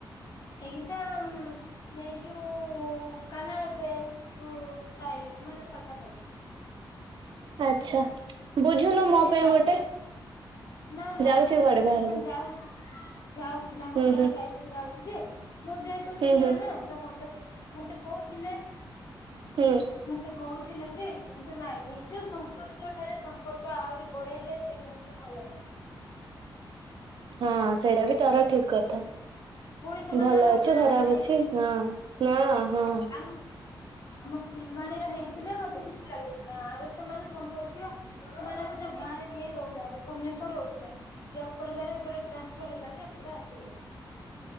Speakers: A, on the left (about 45°); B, on the right (about 70°).
A: ସେଇଟା ଉମ୍ ଏ ଯୋଉ କାନାଡା ବେଙ୍କ ସାଇ ମାନେ ପାଖାପାଖି।
B: ଆଚ୍ଛା। ବୁଝୁନୁ
A: ଯେ
B: ମୋ
A: ସେ
B: ପାଇଁ
A: ଯାଉଛି
B: ଗୋଟେ
A: ନା ନାଇଁ
B: ଯାଉଛି
A: ଦିଦି
B: କୁଆଡେ
A: ସେ
B: ବାହାରକୁ
A: ଟ୍ୟୁସନ୍ ଯାଉ ଯାଉଛି। ତାଙ୍କ
B: ହୁଁ
A: ଘର
B: ହୁଁ
A: ସାଇଡ ରେ ଯାଉଛି ଯେ, ମୁଁ ଯେହେତୁ
B: ହୁଁ
A: ଚିହ୍ନା
B: ହୁଁ
A: ନା ତ ମତେ ମତେ କଉଥିଲେ।
B: ହୁଁ।
A: ମତେ କହୁଥିଲେ ଯେ କିନ୍ତୁ ନାଇଁ ନିଜ ସମ୍ପର୍କୀୟ ଠାରେ ସମ୍ପ ର୍କ ଆହୁରି ବଢେଇଲେ ସେଇ ଜିନିଷ ଭଲ ନାହିଁ।
B: ହଁ ସେଇଟା ବି ତୋର ଠିକ୍ କଥା।
A: ପୁଣି ସେମାନେ
B: ଭଲ
A: ଆମ
B: ଅଛି
A: ଗାଁ
B: ଖରାପ
A: ର ନାଇଁ
B: ଅଛି
A: କି
B: ହଁ ନାନାନା ହଁ।
A: ଆମ ଫୁଲବାଣୀର ହେଇଥିଲେ ମତେ କିଛି ଲାଗିନଥନ୍ତା, ଗାଁର ସେମାନେ ସମ୍ପର୍କୀୟ ସେମାନେ ଅବଶ୍ୟ ଗାଁରେ କେହି ରହୁନାହାନ୍ତି ଭୁବନେଶ୍ୱର ରହୁଥିଲେ। ଜବ୍ କରିବାରେ ପୁରା ଟ୍ରାନ୍ସଫର ହେଲା ଯେ ପୁରା ଆସିଲେ।